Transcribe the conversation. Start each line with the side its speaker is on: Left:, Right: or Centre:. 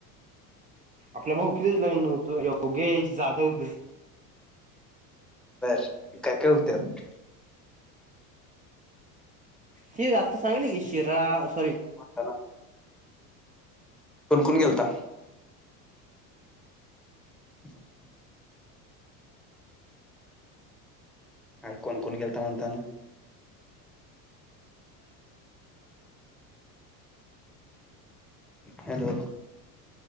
Right: आपल्या भावकितच लग्न नव्हतं व्हय, योगेश जाधवचं.
Centre: बर, काय काय हुतं त्यात?
Right: हे आता सांगतलं की शिरा, अ सॉरी
Centre: ह ना कोण कोण गेलता? <inaudible> अरे कोण कोण गेलता म्हणतानं? हॅलो!